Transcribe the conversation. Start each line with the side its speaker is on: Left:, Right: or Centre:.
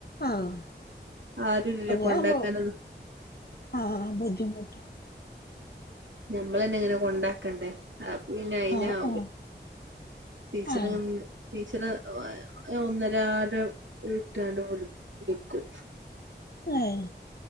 Left: ആഹ്
Right: ആരൂല്ല
Left: അങ്ങനെ
Right: കൊണ്ടാക്കാനൊന്നു.
Left: ആവുമ്പോ ആഹ് ബുദ്ധിമുട്ട.
Right: ഞമ്മളന്നെ ങ്ങനെ കൊണ്ടാക്കണ്ടേ അപ്പ പിന്നെ അയിനാഉ
Left: ആഹ് ആഹ്
Right: ടീച്ചറ്
Left: ആഹ്
Right: <inaudible> ടീച്ചറ് ഒ ഒന്നരാടൻ വീട്ടാട് വിൾ വിളിക്കും.
Left: ഏഹ്